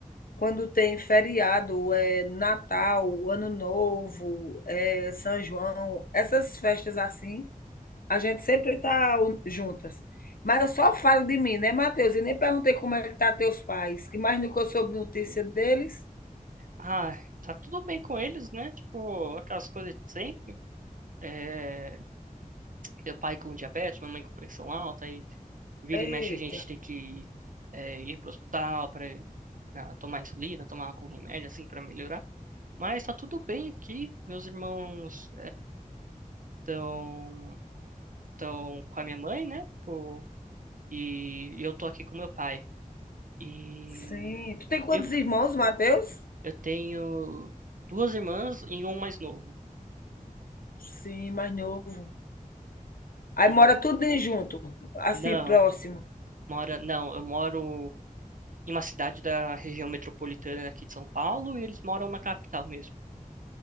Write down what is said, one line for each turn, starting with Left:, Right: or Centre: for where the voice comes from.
Left: Quando tem feriado, é Natal, Ano Novo, é São João, essas festas assim, a gente sempre tá u- juntas. Mas eu só falo de mim, né, Matheus? E nem perguntei como é que tá teus pais, que mais nunca eu soube notícia deles.
Right: Ah, tá tudo bem com eles, né? Tipo, aquelas coisas de sempre. É, Meu pai com diabetes, minha mãe com pressão alta, e vira
Left: Eita,
Right: e mexe a gente tem que é, ir pro hospital para tomar insulina, tomar algum remédio assim para melhorar. Mas tá tudo bem aqui. Meus irmãos estão estão com a minha mãe, né? Pô, e eu tô aqui com meu pai. E
Left: sim. Tu tem quantos
Right: eu,
Left: irmãos, Matheus?
Right: eu tenho duas irmãs e um mais novo.
Left: Sim, mais novo. Aí
Right: E
Left: mora tudo em junto, assim,
Right: não,
Left: próximo.
Right: mora, não, eu moro em uma cidade da região metropolitana aqui de São Paulo e eles moram na capital mesmo.